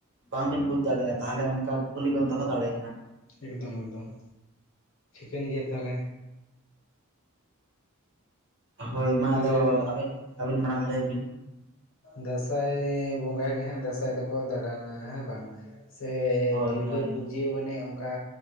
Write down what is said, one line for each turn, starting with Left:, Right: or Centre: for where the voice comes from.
Right: ᱵᱟᱝ ᱵᱮᱱ ᱵᱩᱡᱽ ᱫᱟᱲᱮᱭᱟᱜᱼᱟ ᱛᱟᱦᱞᱮ ᱚᱱᱠᱟ ᱠᱩᱠᱞᱤ ᱵᱮᱱ ᱫᱚᱦᱚ ᱫᱟᱲᱮᱭᱟᱜᱼᱟ
Left: ᱮᱠᱫᱚᱢ ᱮᱠᱫᱚᱢ ᱴᱷᱤᱠᱟᱹᱱ ᱜᱮᱭᱟ ᱛᱟᱦᱞᱮ
Right: ᱦᱳᱭ ᱢᱟ
Left: ᱛᱟᱦᱚᱞᱮ
Right: ᱟᱫᱚ ᱟᱹᱵᱤᱱ ᱟᱹᱵᱤᱱ ᱢᱟᱲᱟᱝ
Left: ᱦᱳᱭ
Right: ᱞᱟᱹᱭ ᱵᱤᱱ
Left: ᱫᱟᱸᱥᱟᱭ ᱵᱚᱸᱜᱟ ᱜᱮ ᱦᱟᱸᱜ ᱫᱟᱸᱥᱟᱭ ᱫᱚᱠᱚ ᱫᱟᱬᱟᱱᱟ ᱦᱮᱸ ᱵᱟᱝ ᱥᱮ
Right: ᱦᱳᱭ
Left: ᱫᱩᱨᱜᱟᱹ
Right: ᱦᱳᱭ
Left: ᱯᱩᱡᱟᱹ ᱢᱟᱱᱮ ᱚᱱᱠᱟ